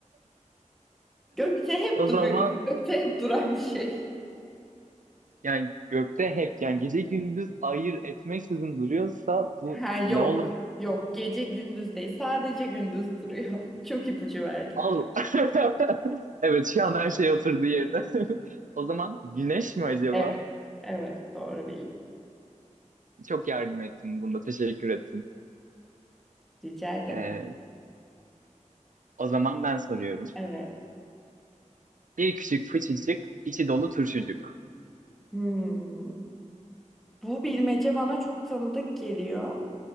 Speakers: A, in the centre; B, on the right.
A: <laughs> Gökte
B: <laughs>
A: hep
B: o
A: duruyor.
B: zaman
A: Gökte hep duran bir şey.
B: yani gökte hep yani gece gündüz ayır etmeksizin duruyorsa bu
A: Ha, yok.
B: ne olabilir?
A: Yok. Gece gündüz değil. Sadece gündüz duruyor. <laughs> Çok ipucu verdin.
B: Al. <laughs> Evet şu an her şey oturdu yerine. <laughs> O zaman güneş mi acaba?
A: Evet. Evet. Doğru bildin.
B: Çok yardım ettin bunda. Teşekkür ettim.
A: Rica ederim.
B: Ee, o zaman ben soruyorum.
A: Evet.
B: Bir küçük fıçıcık, içi dolu turşucuk.
A: Hmm. Bu bilmece bana çok tanıdık geliyor.